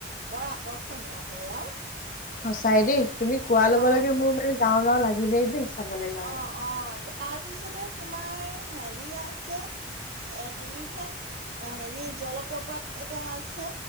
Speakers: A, on the right; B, on the left.
A: বৰ আকৰ্ষ হনিহয় সেয়াও
B: সঁচাই দেই, তুমি কোৱাৰ
A: হ
B: লগে লাগে মোৰ মানে- যাওঁ যাওঁ লাগিলেই দেই। চাবলৈ কাৰণে
A: অ -অ তাৰপিছতে- তোমাৰ হেৰি আছে এলিফেন্ট হেৰি জলপ্ৰপাত এটা আছে